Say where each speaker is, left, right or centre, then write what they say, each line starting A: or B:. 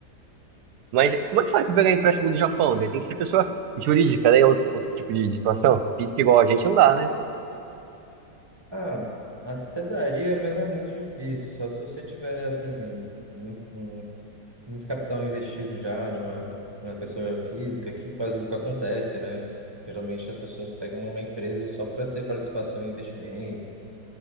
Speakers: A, on the right; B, on the right.
A: Mas como é que faz para pegar empréstimo do Japão? né? Tem que ser pessoa jurídica, né? Outro, outro tipo de situação. Física igual a gente não dá, né?
B: Ah, até daria, mas é muito difícil. Só se você tiver, assim, um, um um muito capital investido já numa, numa pessoa física, que quase nunca acontece, né? Geralmente as pessoas pegam uma empresa só para ter participação em investimento.